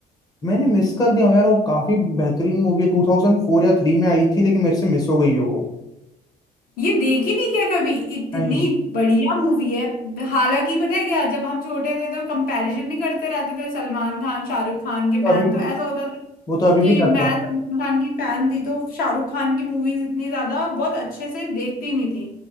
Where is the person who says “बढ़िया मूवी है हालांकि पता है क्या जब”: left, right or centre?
Left